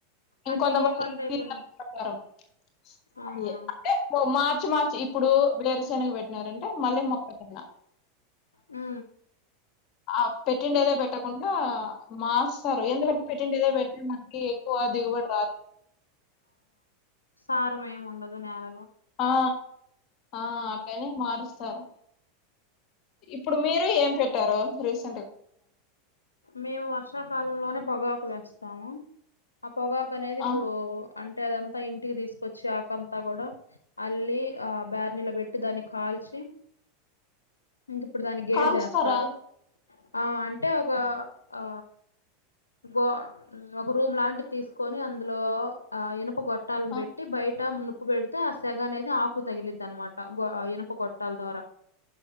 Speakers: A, on the left; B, on the left.
A: ఇంకొంతమంది
B: అంటే ఏ పంట అయిపోయినా
A: ప్రకారం అ
B: ఆహా
A: అంటే మా మ మార్చి ఇప్పుడు వేరసేనగ పెట్టినారంటే మళ్ళీ మొక్క జొన్న
B: ఉ
A: ఆ పెట్టిండేదే పెట్టకుండా మాస్తారు ఎందుకంటే పెట్టిండేదే పెడితే మనకి ఎక్కువ దిగుబడి రాదు
B: సారము ఏమి ఉండదు నెల
A: ఆ ఆ అట్లనే మారుస్తారు ఇప్పుడు మీరు ఏం పెట్టారు రస్
B: మేము వర్షాకాలంలోనే పొగ వేస్తాము పొగాకు అనేది ఇప్పుడు
A: ఆ
B: అంటే అదంతా ఇంటికి తీసుకొచ్చి ఆకంతా కూడా అల్లీ ఆ బార్నీలో పెట్టి దాన్ని కాల్చి ఇ ఇప్పుడు దాన్ని గేడ్
A: కాలుస్తారా
B: చేస్తారు ఆ అంటే ఒక ఆ గో ఒక రూమ్ లాంటి తీసుకొని అందులో ఆ ఇనుప గొట్ట పట్టాలని
A: ఆ
B: పెట్టి బయట ము ఉప్పి పెడితే ఆ సెగ అనేది ఆకు తగిలిద్ అనమాట గొ ఇనప గొట్టాల ద్వారా